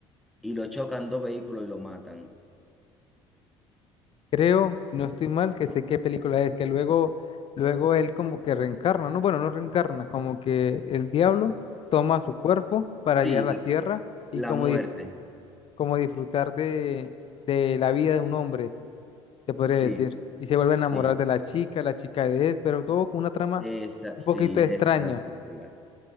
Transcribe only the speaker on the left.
creo, si no estoy mal, que sé qué película es, que luego, luego él como que reencarna, ¿no? Bueno, no reencarna, como que el diablo toma su cuerpo para
llegar a la tierra y
como,
dif- como disfrutar de, de la vida de un hombre. se podría
decir. Y se vuelve
a enamorar de la chica, la chica de él, pero todo con una trama
un
poquito extraña.